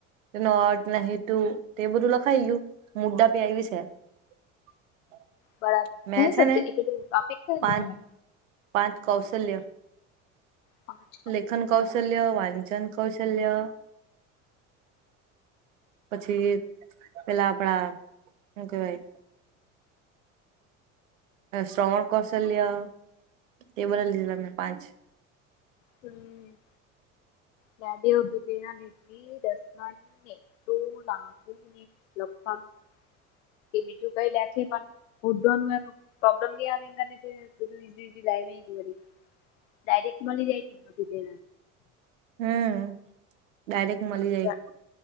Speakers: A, on the right; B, on the left.
A: ન નાું તે બધું લખાઈલું, મુદદા પેઆયી છે. <inaudible>
B: બરાબર
A: મેં
B: ક
A: છે
B: સબ્જેેલું
A: ને
B: ટોપિક કઈ
A: પાંચ
B: લીધે?
A: પાંચ કૌશલ્ય.
B: પાંચ
A: લેખન કૌશલ્ય વાંચન કૌશલ્ય. પછી પેલા આપડા શ કેવાય. શ્રવણ કૌશલ્ય, તે બધ લીધેલા મેં પાંચ.
B: હમ. ડડઓ બિબના નેટની દસમાની. <unintelligible> તોું લુને લખ કે બીજું કઈ લેથે પણ <unintelligible> <unintelligible> ડાયરેક્ટ મળી જાયતી તે.
A: હમ ડાયરેક્ટ મળી જાય.
B: પેલા